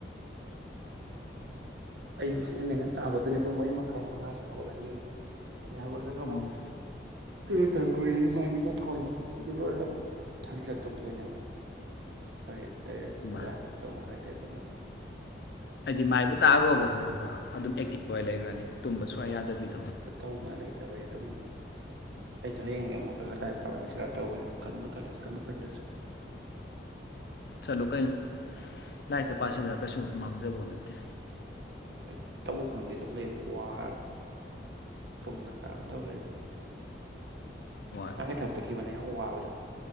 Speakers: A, on the right; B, on the left.
A: ꯑꯌꯨꯛ ꯏꯅꯤꯡꯉꯟ ꯇꯥꯕꯗꯨꯅꯤ ꯄꯨꯡ ꯃꯔꯤ ꯃꯈꯥꯏ ꯃꯉꯥ ꯁ ꯍꯧꯒꯠꯂꯅꯤ ꯑꯗꯤꯍꯒꯂꯒ
B: ꯎꯝ
A: ꯑꯃꯛ ꯇꯨꯔꯦꯠ ꯆꯪꯈꯣꯏ ꯃꯥꯏ ꯃꯤꯗ ꯊꯣꯛꯣꯛꯑꯅꯤ ꯑꯗꯨ ꯂꯣꯏꯔꯒ ꯑꯃꯨꯛ ꯍꯟꯖꯤꯂ ꯇꯨꯝꯗꯣꯏꯅꯦꯕ ꯇꯔꯦꯠ
B: ꯏꯃꯥ
A: ꯍꯥꯏꯒ ꯇꯔ ꯃꯈ <inaudible>
B: ꯑꯩꯗꯤ ꯃꯥꯏꯕꯨ ꯇꯥꯔꯔꯨꯕ ꯈꯪꯉꯕ꯭ꯔꯥ ꯑꯗꯨꯝ ꯑꯦꯛꯇꯤꯚ ꯑꯣꯏ ꯂꯩꯈ꯭ꯔꯅꯤ ꯇꯨꯝꯕꯁꯨ ꯑꯌꯥꯗꯕꯤꯗ
A: ꯐꯠꯇꯧ ꯃꯥꯂꯦ ꯐꯠꯇꯕꯒꯤ ꯑꯗꯨꯝ ꯑꯩꯁꯨ ꯍꯌꯦꯡꯗꯤ ꯑꯃꯨꯛ ꯈ ꯈꯔ ꯂꯥꯏꯔꯤꯛ ꯄꯥꯕꯗ ꯁꯤꯗ ꯇꯧꯕꯒꯅꯤ ꯈꯟꯕ ꯈꯜꯂꯁꯨ ꯈꯟꯕ ꯈꯟꯗꯁꯨ
B: ꯆꯠꯂꯨ ꯀꯩꯅ ꯂꯥꯏꯔꯤꯛꯇ ꯄꯥꯁꯤꯜꯂꯒ ꯀꯩꯁꯨ ꯃꯥꯡꯖꯕꯣꯠꯅꯠꯇꯦ ꯠꯇ
A: ꯍꯥꯏꯗꯤ ꯇꯧꯕ ꯈꯪꯗꯦ ꯁꯨꯝ ꯂꯩꯕꯗꯣ ꯋꯥꯔ ꯇꯨꯝꯕ ꯆꯥꯕ ꯇꯧ ꯂꯩꯕꯅꯦ
B: ꯍꯣꯏ
A: ꯇ ꯀꯩ ꯊ ꯍꯞꯛꯇ ꯀꯕꯅꯦ ꯑ ꯋꯥꯕꯗꯣ